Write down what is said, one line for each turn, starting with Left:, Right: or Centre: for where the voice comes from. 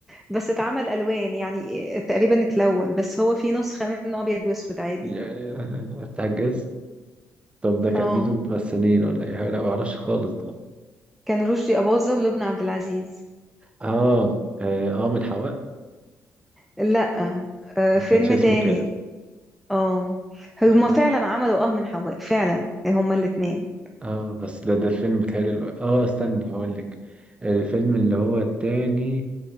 Centre: بس اتعمل الوان يعني تقريبا اتلون بس هو في نسخه منه ابيض واسود عادي
Right: يعني بتاع الجاز طب ده كان
Centre: اه
Right: مين ممثلين ولا اي حاجه لا ما اعرفش خالص ده
Centre: كان رشدي اباظه ولبنى عبد العزيز
Right: اه اه آه، من حواء
Centre: لا آه
Right: ما
Centre: فيلم
Right: كانش اسمه
Centre: تاني
Right: كده
Centre: اه هما
Right: آه،
Centre: فعلا عملوا اه من حواء فعلا هما الاتنين
Right: اه بس ده ده الفيلم بتهيألي ال- اه استنى هقول لك الفيلم اللي هو التاني